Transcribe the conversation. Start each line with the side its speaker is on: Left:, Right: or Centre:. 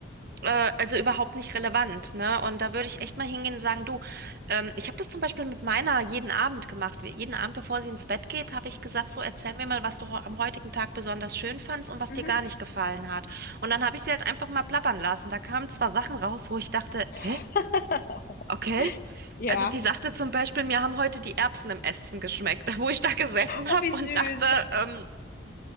Right: äh, also überhaupt nicht relevant, ne? Und da würde ich echt mal hingehen und sagen, du, ähm, ich habe das zum Beispiel mit meiner jeden Abend gemacht. Wir- Jeden Abend, bevor sie ins Bett geht, habe ich gesagt, so erzähl mir mal, was du ho- am heutigen Tag besonders schön fandst und was
Left: Mhm.
Right: dir gar nicht gefallen hat. Und dann habe ich sie halt einfach mal plappern lassen. Da kamen zwar Sachen raus, wo ich dachte,
Left: <laughs>
Right: hä? Okay.
Left: Ja.
Right: Also die sagte zum Beispiel, mir haben heute die Erbsen im Essen geschmeckt, <laughs> wo ich da gesessen
Left: Oh,
Right: habe
Left: wie
Right: und
Left: süß.
Right: dachte, ähm,